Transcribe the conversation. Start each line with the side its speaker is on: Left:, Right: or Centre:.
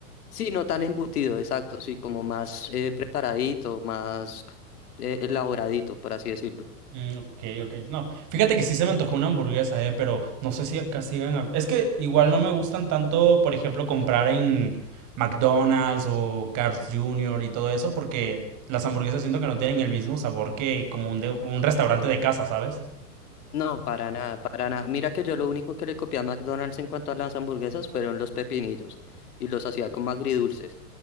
Left: sí, no tan embutido, exacto, sí, como más eh, preparadito, más eh, elaboradito, por así decirlo.
Right: Mm, ok, ok. No, fíjate que sí se me antojó una hamburguesa, eh, pero no sé si acá sigan. hab- Es que igual no me gustan tanto, por ejemplo, comprar en McDonald's o Carl's Jr. y todo eso, porque las hamburguesas siento que no tienen el mismo sabor que como un, de- un restaurante de casa, ¿sabes?
Left: No, para nada, para nada. Mira que yo lo único que le copié a McDonald's en cuanto a las hamburguesas fueron los pepinillos y los hacía como agridulces.